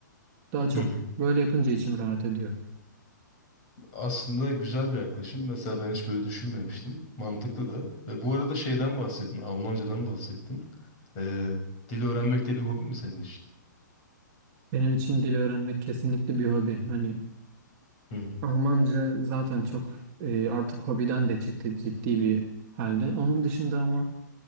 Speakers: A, on the right; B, on the left.
A: daha çok
B: hı.
A: böyle yapınca içim rahat ediyor.
B: Aslında güzel bir yaklaşım. Mesela ben hiç böyle düşünmemiştim. Mantıklı da. Ve bu arada şeyden bahsettin. Almancadan bahsettin. Ee, dil öğrenmek de bir hobi mi senin için?
A: Benim için dil öğrenmek kesinlikle bir hobi. Hani
B: Hı hı.
A: Almanca zaten çok e, artık hobiden de çıktı ciddi bir halde. Onun dışında ama